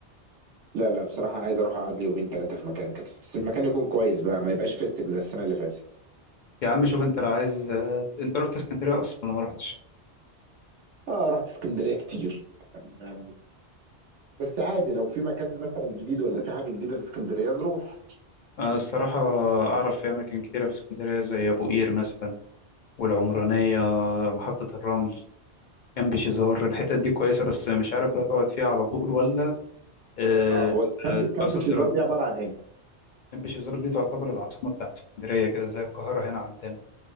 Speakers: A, on the right; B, on the left.
A: لا لا بصراحه عايز اروح اقعد لي يومين ثلاثه في مكان كده بس المكان يكون كويس بقى ما يبقاش فيستك زي السنه اللي فاتت
B: يا عم شوف انت لو عايز انت رحت اسكندرية اصلا ولا ما رحتش
A: اه رحت اسكندريه كتير نعم. بس عادي لو في مكان مثلا جديد ولا في حاجه جديده في اسكندريه نروح
B: انا الصراحة اعرف في اماكن كتيرة في اسكندرية زي ابو قير مثلا والعمرانية محطة الرمل جنب شيزار الحتت دي كويسة بس مش عارف بقى تقعد فيها على طول ولا اه،
A: اه هو كامب
B: تبقى
A: كامب
B: صد
A: شيزار
B: رد
A: دي عباره عن ايه
B: جنب شيزار دي تعتبر العاصمة بتاعت اسكندرية كده زي القاهرة هنا عندنا